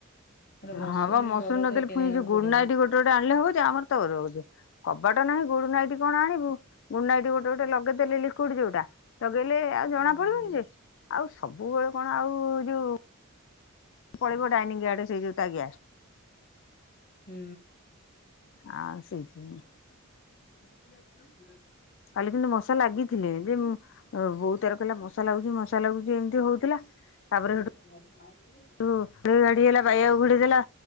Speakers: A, on the left; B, on the left.
A: ଗୋଟେ
B: ହଁ ବା ମସୁରୀ
A: ବଡଟେ
B: ନଦେଲେ
A: କିଣିବାକୁ
B: ଫୁଣି ଏଇ ଯୋଉ ଗୁଡ୍
A: ପଡିବ।
B: ନାଇଟ୍ ଗୋଟେ-ଗୋଟେ ଆଣିଲେ ହବ ଯେ ଆମର ତ ରହୁଚି କବାଟ ନାହିଁ ଗୁଡ୍ ନାଇଟ୍ କଣ ଆଣିବୁ। ଗୁଡନାଇଟ୍ ଗୋଟେ ଗୋଟେ ଲଗେଇଦେଲେ ଲିକ୍ୱିଡି ଯଉଟା ଲଗେଇଲେ ଆଉ ଜଣା
A: ହୁଁ
B: ପଡିବନି ଯେ ଆଉ ସବୁବେଳେ କଣ ଆଉ ଯୋଉ ପଳେଇବ ଡାଇନିଂ ଆଡେ ସେଇ ଯୋଉ ତା ଗ୍ୟାସ୍
A: ହୁଁ।
B: ଆଉ ସେଇଥିପାଇଁ
A: <unintelligible>
B: କାଲି କିନ୍ତୁ ମଶା
A: <unintelligible>
B: ଲାଗିଥିଲେ ଯେ ବୋଉ ତାର କହିଲା ମଶା ଲାଗୁଛି ମଶା
A: <unintelligible>
B: ଲାଗୁଛି ଏମିତି ହଉଥିଲା ତାପରେ <unintelligible> ଘାଡି ହେଲା ପାଇବାକୁ ଘୋଡେଇ ଦେଲା